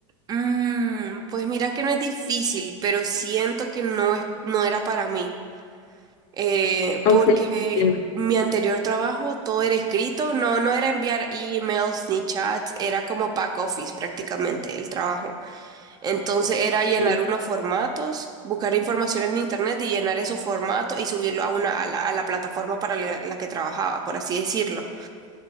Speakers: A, on the right (about 25°); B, on the left (about 50°).
A: "Mm, pues mira que no es difícil, pero siento que no es, no era para mí. Eh,
B: Ok,
A: porque
B: entiendo.
A: mi anterior trabajo todo era escrito, no, no era enviar emails ni chats, era como back office prácticamente el trabajo. Entonces era llenar
B: Sí,
A: unos formatos, buscar información en internet y llenar esos formatos y subirlo a una, a la, a la plataforma para la la que trabajaba, por así decirlo.